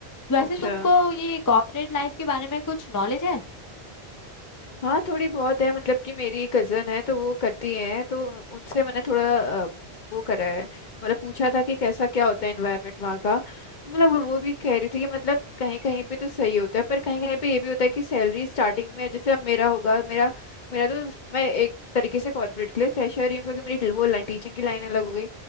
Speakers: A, on the left; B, on the left.
A: वैसे
B: अच्छा
A: तुमको ये कॉर्पोरेट लाइफ के बारे में कुछ नॉलेज है
B: हाँ थोड़ी बहुत है मतलब कि मेरी कजन है तो वो करती है तो उनसे मैंने थोड़ा अ, वो करा है मतलब पूछा था कि कैसा क्या होता है एनवायरनमेंट वहाँ का तो मतलब वो भी कह रही थी कि मतलब कहीं कहीं पे तो सही होता है पर कहीं कहीं पे ये भी होता है कि सैलरी स्टार्टिंग में जैसे अब मेरा होगा मेरा मेरा तो मैं एक तरीके से कॉर्पोरेट के लिए फ्रेशर ही हूँ क्योंकि मेरी वो टीचिंग की लाइन अलग हो गई